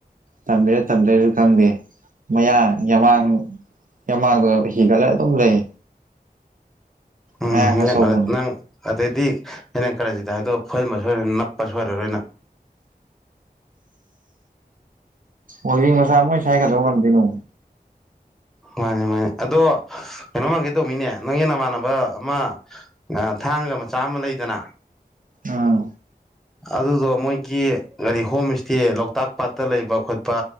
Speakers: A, on the right; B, in the centre.
A: ꯇꯝꯕꯤꯔ ꯇꯝꯕꯤꯔ ꯈꯪꯗꯦ ꯃꯌꯥ ꯌꯥꯝꯃꯥꯡ ꯌꯥꯝꯃꯥꯡꯗ ꯍꯤꯒꯠꯂ ꯑꯗꯨꯝ ꯂꯩ
B: ꯎꯝ
A: ꯃꯌꯥꯝ ꯈꯔꯆꯧꯕꯅꯤ
B: ꯅꯪ ꯅꯪ ꯑꯗꯩꯗꯤ ꯑꯩꯅ ꯀꯔꯦꯟꯁꯤꯗ ꯍꯥꯏꯗꯣꯛ ꯐꯍꯟꯕ ꯁꯣꯏꯔ ꯅꯞꯄ ꯁꯣꯏꯔꯔꯣꯏꯅ
A: ꯍꯖꯤ ꯃꯆꯥꯥ ꯃꯣꯏ ꯁꯥꯏꯒꯗꯧ ꯉꯗꯅꯣ
B: ꯃꯥꯅꯤ ꯃꯥꯅꯤ ꯑꯗꯣ ꯀꯩꯅꯣ ꯃꯥꯟꯒꯦ ꯇꯧꯕꯅꯤꯅꯦ ꯅꯪꯒꯤ ꯅꯃꯥꯟꯅꯕ ꯑꯃ ꯊꯥꯡꯒ ꯃꯆꯥ ꯑꯃ ꯂꯩꯗꯅ
A: ꯑꯥ
B: ꯑꯗꯨꯗꯣ ꯃꯣꯏꯒꯤ ꯀꯒꯥꯔꯤ ꯍꯣꯝ ꯏꯁꯇꯦ ꯂꯣꯛꯇꯥꯛ ꯄꯥꯠꯇ ꯂꯩꯕ ꯈꯣꯠꯄ